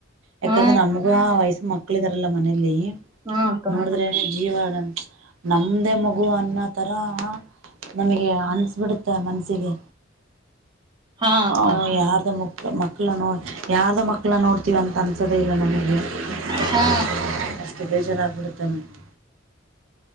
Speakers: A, on the right; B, on the right.
A: ಯಾಕಂದ್ರೆ
B: ಹಾ
A: ನಮಗೂ ಆ ವಯಸ್ಸ ಮಕ್ಳ ಇದಾರಲ್ಲ ಮನೇಲಿ.
B: ಹಾ ಅಕ್ಕ
A: ನೋಡಿದ್ರೆ ನ ಜೀವ ನಮ್ದೇ ಮಗ್ ಗು ಅನ್ನೋತರ ನಮಗೆ ಅನ್ಸಬಿಡುತ್ತೆ ಮನಸ್ಸಿಗೆ.
B: ಹಾ
A: ಹ
B: ಅಕ್ಕ
A: ಯಾರ್ದ ಮಕ್ಕ ಮಕ್ಕಳನೋ ಯಾರ್ದ ಮಕ್ಕಳನ್ ನೋಡ್ತೀವಿ ಅಂತ ಅನ್ಸದೆೇ ಇಲ್ಲ ನನಗೆ. <unintelligible>
B: ಹಾ